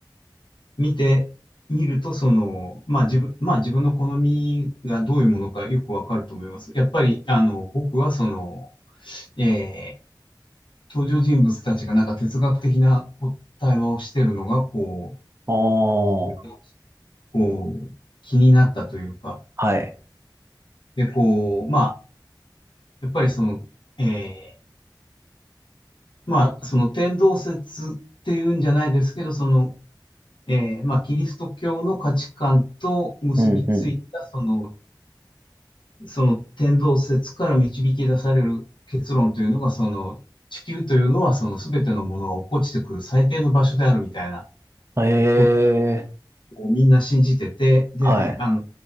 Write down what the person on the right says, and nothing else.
あ
あ。
はい。
うんう
ん。へ
え。
はい。